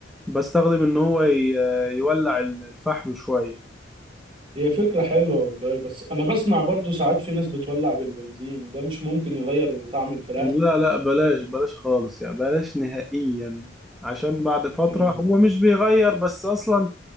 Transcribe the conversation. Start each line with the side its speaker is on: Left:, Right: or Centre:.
Centre: بستخدم ان هو ي- يولع الفحم شوية
Right: هي فكرة حلوة والله بس انا بسمع برضو ساعات في ناس بتولع بالبنزين ده مش ممكن يغير طعم الفراخ
Centre: لا لا بلاش بلاش خالص يعني بلاش نهائيا عشان بعد فترة
Right: اه
Centre: هو مش بيغير بس اصلا